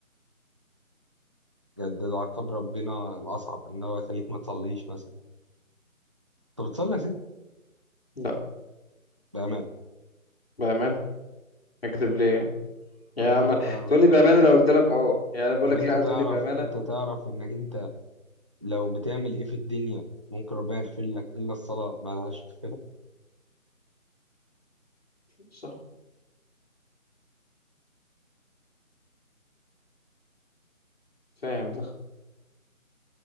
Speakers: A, on the right (about 20°); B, on the left (about 45°).
A: بجد ده عقاب ربنا الاصعب ان هو يخليك ما تصليش مثلا طب بتصلي يا سيدي
B: لا
A: بامان
B: بأمانة أكذب ليه يعني يعني
A: طب انت
B: أنا
A: تعرف
B: تقول لي بأمانة لو قلت لك أه يعني أنا بقول
A: طب
B: لك
A: انت
B: لأ
A: تعرف
B: تقول لي بأمانة
A: انت تعرف انك انت لو بتعمل ايه في الدنيا ممكن ربنا يغفر لك الا الصلاه ما لهاش مغفره
B: صح فاهم ده